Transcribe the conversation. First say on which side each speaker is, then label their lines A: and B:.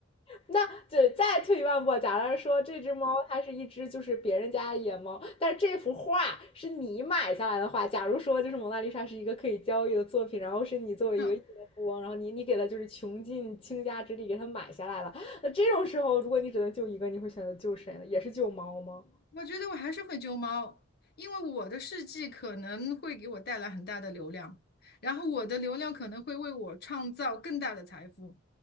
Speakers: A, on the left; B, on the left.
A: 那只再退一万步，假如说这只猫它是一只就是别人家的野猫，但是这幅画是你买下来的话，假如说就是蒙娜丽莎是一个可以交易的作品，然后是你作为一个亿万富翁，
B: 嗯，
A: 然后你你给它就是穷尽倾家之力给它买下来了，那这种时候如果你只能救一个，你会选择救谁呢？也是救猫吗？
B: 我觉得我还是会救猫，因为我的事迹可能会给我带来很大的流量，然后我的流量可能会为我创造更大的财富，